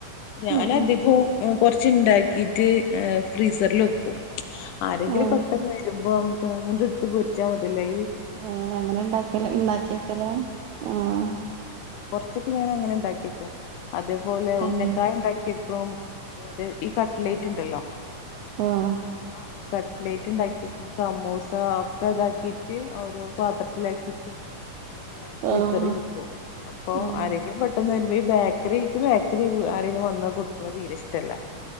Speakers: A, on the left; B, on the right.
A: ഞാനഅധികും
B: ഉം ഉം
A: കൊറച്ചുണ്ടാക്കിട്ട് എ ഫ്രീസർൽ വേക്കും. ആരെങ്കിലും
B: ഏഹ്
A: പെട്ടെന്ന് വരുമ്പോ ങ്ങട്ട് ഇട്ത്ത് പൊരിച്ചാ മതിയലോ ഇ
B: ഏ അങ്ങനെ ഇണ്ടാക്കല ഇ ണ്ടാക്കിയക്കല ആഹ.
A: കൊറച്ചൊക്ക ഞാൻ അങ്ങനെ ഇ ണ്ടാക്കിക്കും അതേപോലെ
B: തന്നെ
A: ഉന്നക്കായ ഉണ്ടാക്കിക്കും ആദ്യം ഈ കട്ലൈറ്റ് ഉണ്ടല്ലോ
B: ആഹ്
A: ആ കട്ടലൈറ്റ് ഇണ്ടാക്കി. സമുസ ഒക്കെ ഇതാക്കിട്ട് ഓരോ പാത്രത്തിലാക്കിട്ട് ഞാൻ ഫ്രീസറിൽ
B: ഓഹ്
A: വെക്കും അപ്പൊ
B: ആഹ്
A: ആരെങ്കിലും പെട്ടന്ന് രുമ്പോ ഈ ബേക്കറി ക്ക് ബേക്കറി ആരെങ്കിലും വന്ന കൊടുക്കണേ തീരെ ഇഷ്ടല്ല.